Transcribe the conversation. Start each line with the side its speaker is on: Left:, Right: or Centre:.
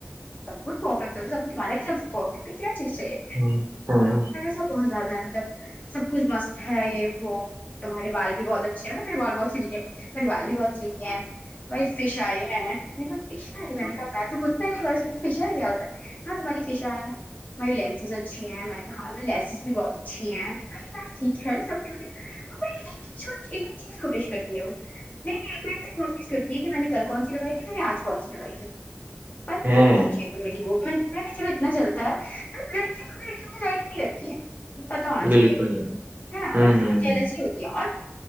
Left: سب کچھ پرفٹ ہے سب کھ تمہارے یہ س پرفیکٹ کیا چیز چاہیے
Right: ہاں ہاں
Left: سا بہت زیادہ ہے مطلب سب کچھ مست ہے یہ وہ تمہارے بال بھی بہت اچا اچھا میرے بال بہت سلکے ہیں میرے بال بھی بہت سلکے ہیں بائی فش آئے ہیںا فشر ہے ج گتا ہے نہیں بس فشر گیا ہوتا ہے ہاں تمہاری فش ہے مری لینسز اچھی ہیں میں نے کہا لینسز بھی بہت اچھی ہیں ٹھیک ہے سب کی چیز کو پیش کرتی ہے وہ نہیں میں ایک پٹ تک نوشش کرتی ہ کہ میں نے کل کون سی لگائی تھی میر نے آج کون سی لگائی ہے پانی
Right: ہے
Left: تو بہچی پر لگ گ <inaudible> چلو اتنا چلتا ہے لڑکیوں کو بھی لڑکیوں کی طرف نہیں کرتی ہیں پتا ہونا چاہیے
Right: بالکل نہیں
Left: نا
Right: ہوں
Left: جیلسی
Right: ہوں
Left: اور